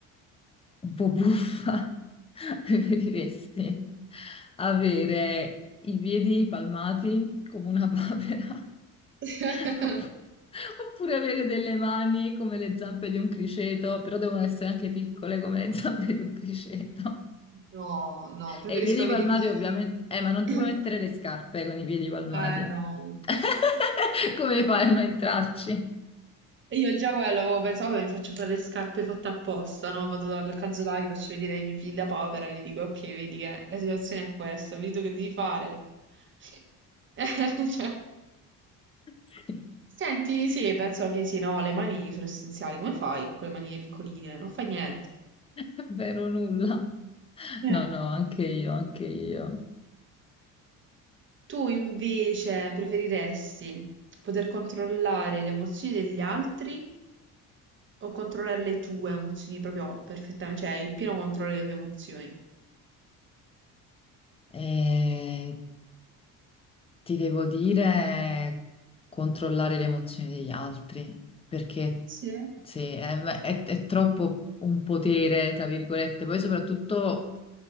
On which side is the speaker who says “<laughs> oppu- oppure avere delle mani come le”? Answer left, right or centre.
Left